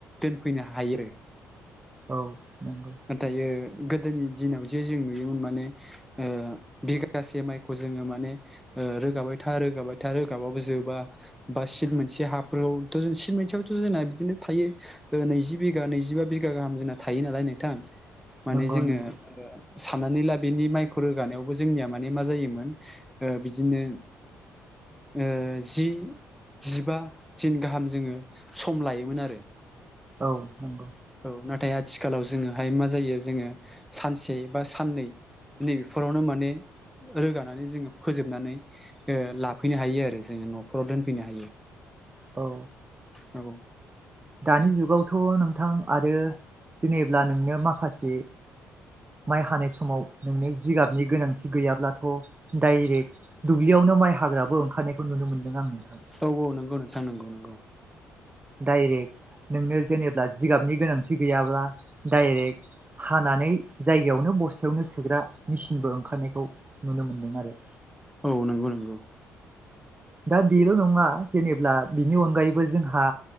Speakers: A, in the centre; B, on the right (about 20°).
A: दोनफैनो हायो।
B: औ नंगौ।
A: दायो गोदोनि दिनाव जे जों नुयोमोन माने ओ बिगासे माइखौ जोङो माने ओ रोगाबाय था रोगाबाय था रोगाबाबो जोबा। बा सिट मोनसे हाफोराव जों सिट मोनसेयावथ' जोंना बिदिनो थायो। नैजि बिघा नैजिबा बिघा गाहाम जोंना थायो नालाय नोंथां माने
B: नंगौ
A: जोङो
B: नंगौ
A: साननानै ला बेनि माइखौ रोगानायावबो जोंनिया माने मा जायोमोन ओ बिदिनो ओ जि जिबा दिन गाहाम जोङो सम लायोमोन आरो।
B: औ नंगौ।
A: औ नाथाय आथिखालाव जोङोहाय मा जायो जोङो सानसे बा साननै। नैबेफोरावनो माने रोगानानै जोङो फोजोबनानै ओ लाफैनो हायो आरो जोङो न'खराव दोनफैनो हायो।
B: औ
A: औ
B: दानि जुगावथ' नोंथां आरो जेनेब्ला नोंनो माखासे माइ हानाय समाव नोंनो जिगाबनि गोनांथि गैयाब्लाथ' डाइरेक्ट दुब्लियावनो माइ हाग्राबो ओंखारनायखौ नुनो मोनदों आं नोंथां।
A: औ औ नंगौ नोंथां नंगौ नोंगौ।
B: डाइरेक नोंनो जेनेब्ला जिगाबनि गोनांथि गैयाब्ला डाइरेक हानानै जायगायावनो बस्थायावनो सोग्रा मेसिनबो ओंखारनायखौ नुनो मोनदों आरो।
A: औ नंगौ नंगौ
B: दा बेल' नङा जेनेब्ला बिनि अनगायैबो जोंहा